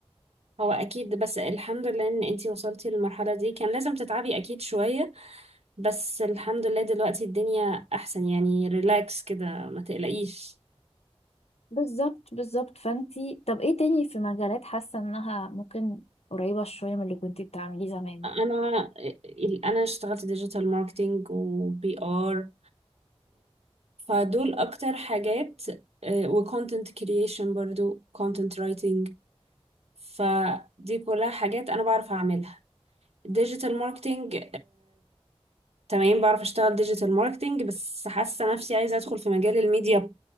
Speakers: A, on the right (about 80°); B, on the left (about 80°).
A: هو اكيد بس الحمد لله ان انتي وصلتي للمرحله دي كان لازم تتعبي اكيد شويه بس الحمد لله دلوقتي الدنيا احسن يعني ريلاكس كده ما تقلقيش
B: بالظبط بالظبط فانتي طب ايه تاني في مجالات حاسة انها ممكن قريبة شوية من اللي كنتي بتعمليه زمان
A: انا انا اشتغلت ديجيتال ماركتينج وبي ار فدول اكتر حاجات وكونتنت كرييشن برضو كونتنت رايتنج فدي كلها حاجات انا بعرف اعملها ديجيتال ماركتينج تمام بعرف اشتغل ديجيتال ماركتينج بس حاسه نفسي عايزه ادخل في مجال الميديا